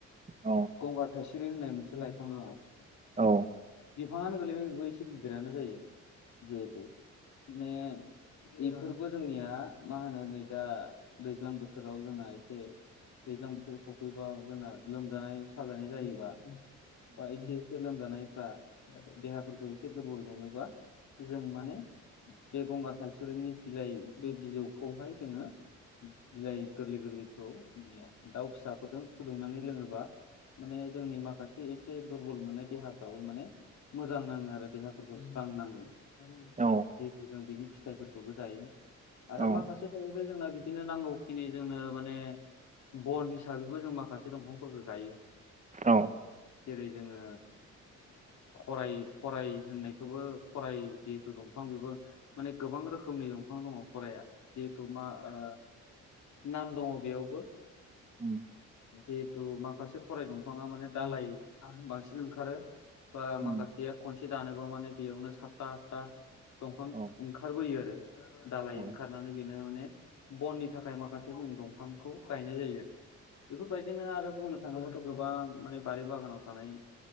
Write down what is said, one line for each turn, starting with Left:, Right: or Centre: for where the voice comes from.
Right: औ
Left: गंगार थायसुरि होननाय मोनसे लाइफां दङ
Right: औ
Left: बिफाङानो गोलैबाय बेबो एसे गिदिरानो जायो जिहेथु ने बेफोरबो जोंनिया मा होनो नै दा दैज्लां बोथोराव जोंना एसे दैज्लां बोथोर सौफैबा जोंना लोमजानाय साजानाय जायोबा बा एसेफोर लोमजानायफ्रा देहाफोरखौ एसे दुर्बल मोनोबा जों माने बे गंगार थासुरिनि बिलाइ बिजौखौहाय जोङो बिलाइ गोरलै गोरलैखौ दाउ फिसाफोरजों फुदुंनानै लोङोबा माने जोंनि माखासे एसे दुरबल मोननाय देहाफ्राबो माने मोजां नाङो आरो। देहाफोरखौ स्रां नाङो जिहेतु
Right: उम औ
Left: जों बिनि फिथाइफोरखौबो जायो। आरो
Right: औ
Left: माखासे थाजोबबाय जोंना बिदिनो नांगौखिनि जोंनो माने बन हिसाबैबो जों माखासे दंफांफोरखौ गायो
Right: औ
Left: जेरै जोङो खराय खराय होननायखौबो खराय जिहेतु दंफां बेबो माने गोबां रोखोमनि दंफां दङ खराया। जिहेथु मा ओ नाम दङ बेयावबो
Right: उम
Left: जि थु माखासे खराय दंफाङा माने दालाय बांसिन ओंखारो। बा
Right: उम
Left: माखासेया खनसे दानोबा माने बेयावनो सातथा आतथा दंफां
Right: औ
Left: ओंखारबोयो आरो दालाय
Right: औ
Left: ओंखारनानै बेनो माने बननि थाखाय माखासे जों दंफांखौ गायनाय जायो आरो बेफोरबायदिनो आरो बुंनो थाङोबाथ' गोबां माने बारि बागानाव थानाय